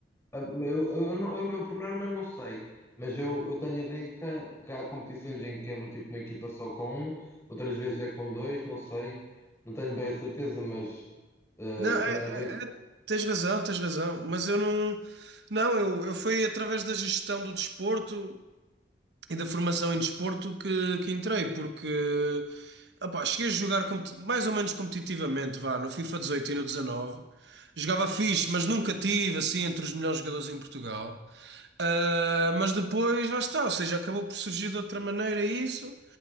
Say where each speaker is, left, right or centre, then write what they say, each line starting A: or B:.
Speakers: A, on the left; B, on the right.
A: ah, eu, eu, não- eu, não- por norma não sei, mas eu, eu tenho a ideia que, há- que há competições em que é do tipo uma equipa só com um, outras vezes é com dois, não sei, não tenho bem a certeza, mas ah,
B: Não, é-
A: eu tinha a ver,
B: é- é- tens razão, tens razão. Mas eu não. Não, eu, eu fui através da gestão do desporto e da formação em desporto que, que entrei, porque opá, cheguei a jogar competi- mais ou menos competitivamente, vá, no FIFA 18 e no 19. Jogava fixe, mas nunca tive assim entre os melhores jogadores em Portugal. Ah, mas depois lá está, ou seja, acabou por surgir de outra maneira isso,